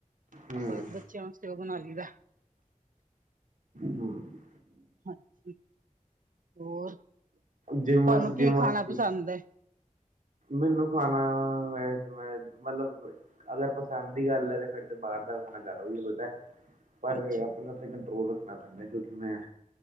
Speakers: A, on the right; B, on the right.
A: ਹੂੰ
B: ਬਸ ਬੱਚਿਆਂ ਵਾਸਤੇ ਉਹ ਬਣਾ ਲਈ ਦਾ
A: ਹੂੰ
B: ਹਾਂਜੀ ਹੋਰ।
A: ਜਿਮ
B: ਤੁਹਾਨੂੰ
A: ਵਾਸਤੇ
B: ਕੀ
A: ਜਿਮ ਵਾਸਤੇ
B: ਖਾਣਾ ਪਸੰਦ ਹੈ?
A: ਮੈਨੂੰ ਖਾਣਾ ਵੈਜ ਵੈਜ ਮਤਲਬ ਅਗਰ ਪ ਪਸੰਦ ਦੀ ਗੱਲ ਹੈ ਤੇ ਫੇਰ ਤੇ ਬਾਹਰ ਦਾ ਖਾਣਾ ਜ਼ਿਆਦਾ ਵਧੀਆ ਲਗਦਾ ਐ ਪਰ
B: ਅੱਛਾ
A: ਆਪਣੇ ਉੱਤੇ ਕੰਟਰੋਲ ਰੱਖਣਾ ਪੈਂਦਾ ਕਿਉਂਕਿ ਮੈਂ